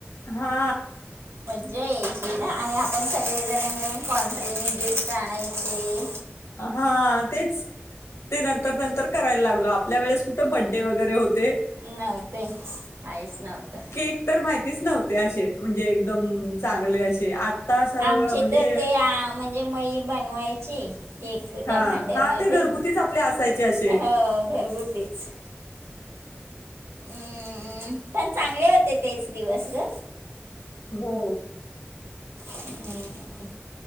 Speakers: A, on the left (about 85°); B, on the right (about 75°).
A: हा
B: मजा याची ना आणि आपण सगळेजण मिळून कॉन्ट्री ने गिफ्ट आणायचे.
A: हा... तेच ते नंतर -नंतर करायला लागलो आपल्या वेळेस कुठे बड्डे वगैरे होते.
B: नव्हतेच <inaudible> काहीच नव्हत
A: केक तर माहितीच नव्हते असे म्हणजे एकदम चांगले- असे आता सगळं
B: आमचे
A: -म्हणजे
B: तर ते आ, म्हणजे मई बनवायची.. केक
A: हा
B: त्या भांड्यामध्ये
A: हा ते घरगुतीच
B: <inaudible>
A: आपले असायचे असे
B: ह घरगुतीच हम्म पण चांगले होते तेच दिवस ग
A: हो
B: हम्म.